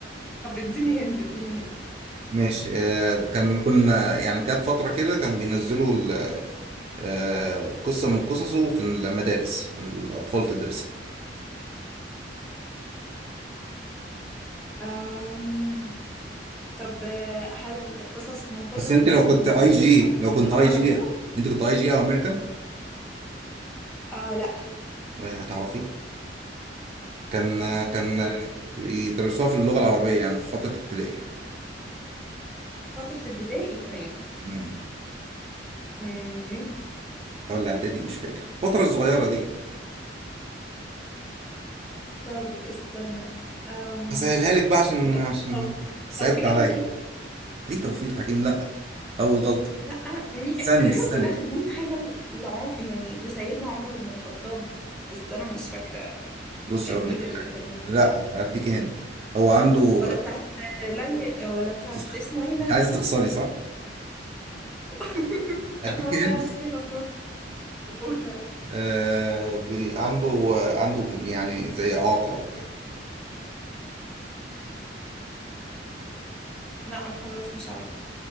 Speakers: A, in the centre; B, on the right.
A: طب اديني هنت اديني هنت
B: ماشي آه، كان كنا يعني جت فترة كده كان بينزلوا ال- آه، قصة من قصصه في المدارس الأطفال تدرسها
A: أم... طب آه، هل القصص من قصصه
B: بس انت
A: ديت
B: لو كنت
A: كنا
B: اي
A: بندرسها
B: جي لو
A: في
B: كنت
A: اللغة
B: اي
A: العربية؟
B: جي انت كنت اي جي او امريكان
A: آه لا
B: هتعرفيه كان كان
A: طب است-
B: يدرسوها في اللغه العربيه يعني في فتره ابتدائي
A: فترة ابتدائي كمان
B: امم
A: مم.
B: ولا اعدادي مش فاكر الفتره الصغيره دي
A: طب استنى أم...
B: هسهلها لك بقى عشان
A: ما...
B: عشان
A: تو-
B: صعبت
A: توفيق
B: عليا
A: الحكيم
B: ليه توفيق الحكيم لا اول غلطه
A: لا مي...
B: استني
A: تقريبا
B: استني
A: كنا خادين حاجة لعم... يعني لسيدنا عمر بن الخطاب بس أنا مش فاكرة
B: بص
A: كان
B: اقول
A: مين
B: لك
A: اللي
B: حاجه
A: كاتبها
B: لا
A: صح؟
B: اديك هند هو عنده
A: ولا بتاعت لي ولا بتاعت
B: <coughs>
A: اسمه ايه ده؟
B: انت عايزه تخسري صح
A: <laughs>
B: اديك
A: أنا
B: هند
A: خلاص شكلي خسران قول طيب
B: آه... بي... عنده عنده يعني زي اعاقه او بتاع
A: لا أنا خلاص مش عارفة